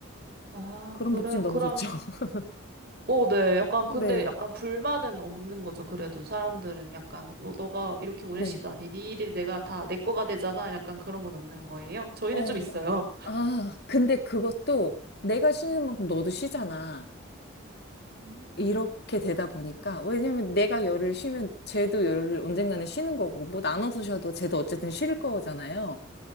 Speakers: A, on the right; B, on the left.
A: 아,
B: 그런
A: 그래.
B: 복지는 너무
A: 그럼.
B: 좋죠. <laughs>
A: 어, 네. 약간 근데
B: 네,
A: 약간 불만은 없는 거죠. 그래도 사람들은 약간 뭐 너가 이렇게 오래
B: 네.
A: 쉬다니 네 일이 내가 다 내 거가 되잖아. 약간 그런 건 없는 거예요. 저희는
B: 어,
A: 좀 있어요.
B: 아, 근데 그것도 내가 쉬는 만큼 너도 쉬잖아.
A: 음.
B: 이렇게 되다 보니까, 왜냐면 내가 열을 쉬면 쟤도 열을 언젠가는 쉬는 거고, 뭐 나눠서 쉬어도 쟤도 어쨌든 쉴 거잖아요.